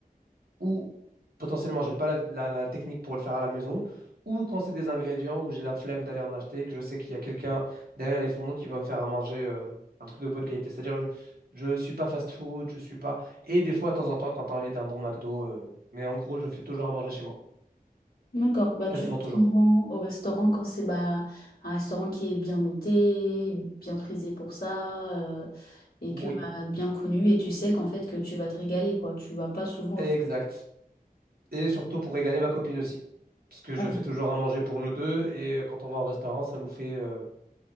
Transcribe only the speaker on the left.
D'accord. Bah,
tu vas
souvent au restaurant quand c'est bah, un restaurant qui est bien noté, bien prisé pour ça. euh, et
que bah, bien connu et tu sais qu'en fait que tu vas te régaler quoi tu vas pas souvent
Ah
oui.